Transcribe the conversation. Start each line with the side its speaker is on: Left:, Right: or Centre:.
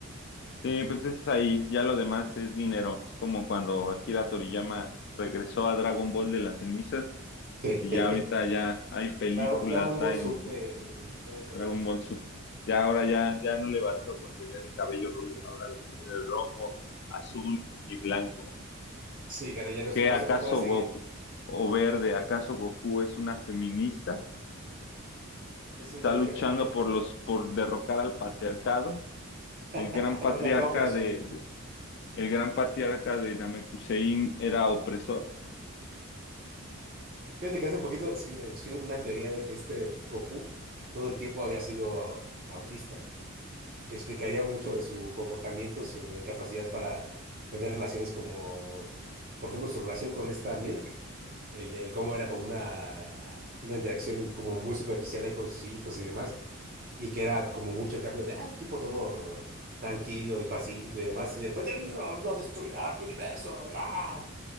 Left: Sí, pues es ahí, ya lo demás es dinero. Es como cuando Akira Toriyama regresó a Dragon Ball de las cenizas
Right: <laughs>
Left: Y ya ahorita ya hay películas,
Right: Dra- Dragon Ball
Left: hay
Right: Super y todo ese
Left: Dragon
Right: rollo, sí.
Left: Ball Super. Ya ahora ya, ya no le bastó con tener el cabello rubio, ahora lo tiene de rojo, azul y blanco.
Right: Sí, caray, ya no,
Left: ¿Qué
Right: no
Left: acaso
Right: sé qué pueda seguir.
Left: Goku o verde? ¿Acaso Goku es una feminista?
Right: Es
Left: ¿Está
Right: un LGBTB,
Left: luchando por los, por derrocar al patriarcado?
Right: <laughs>
Left: El gran patriarca
Right: patriarcado opresor.
Left: de, de- el gran patriarca de Namekusein era opresor.
Right: Fíjate que hace un poquito escu- escuché una teoría de que este Goku todo el tiempo había sido autista. que explicaría mucho de su comportamiento, su eh, capacidad para tener relaciones como, por ejemplo, su relación con esta Milk, el, el cómo era como una, una interacción como muy superficial ahí con sus hijos y demás, y que era como mucho el cambio de, ah, un tipo todo tranquilo y pacífico y demás, y de repente, no, no no destruirás mi universo, ¡ah!